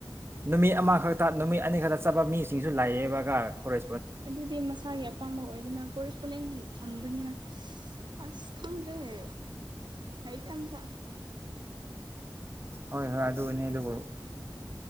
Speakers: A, on the right (about 30°); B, on the right (about 70°).
A: ꯅꯨꯃꯤꯠ ꯑꯃꯈꯛꯇ ꯅꯨꯃꯤꯠ ꯑꯅꯤ ꯈꯛꯇ ꯆꯠꯄ ꯃꯤꯁꯤꯡꯁꯨ ꯂꯥꯏꯌꯦꯦꯕꯒ ꯍꯣꯔ
B: ꯑꯗꯨꯗꯤ ꯃꯁꯥꯒꯤ ꯑꯄꯥꯝꯕ ꯑꯣꯏꯗꯨꯅ ꯀꯣꯔꯔꯤꯦꯁꯄꯣꯟꯗꯡ ꯊꯝꯕꯅꯤꯅ ꯑꯁ ꯈꯪꯗ꯭ꯔꯦꯍꯦ ꯍꯥꯏꯠ ꯑꯝꯇ
A: ꯍꯣꯏ ꯍꯣꯏ ꯑꯗꯨ ꯑꯣꯏꯅꯅꯦꯗ ꯀꯣ